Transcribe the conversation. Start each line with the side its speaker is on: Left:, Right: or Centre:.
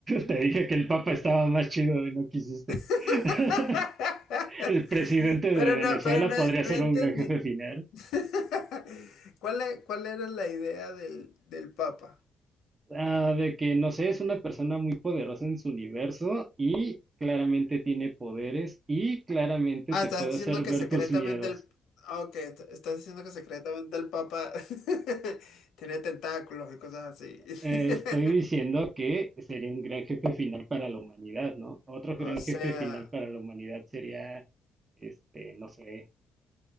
Right: te dije que el Papa estaba más chido y no quisiste.
Left: <laughs>
Right: <laughs> El presidente de
Left: Pero
Right: Venezuela
Left: no, pero no,
Right: podría ser
Left: no entendí.
Right: un gran jefe final.
Left: <laughs> ¿Cuál, e- cuál era la idea del, del Papa?
Right: Ah, de que, no sé, es una persona muy poderosa en su universo y claramente tiene poderes y claramente
Left: Ah,
Right: te
Left: estás
Right: puede hacer
Left: diciendo
Right: ver
Left: que secretamente
Right: tus miedos.
Left: el... Ah, ok, est- estás diciendo que secretamente el Papa <laughs> tenía tentáculos y cosas así.
Right: Eh, estoy
Left: <laughs>
Right: diciendo que sería un gran jefe final para la humanidad, ¿no? Otro gran
Left: O sea,
Right: jefe final para la humanidad sería, este, no sé.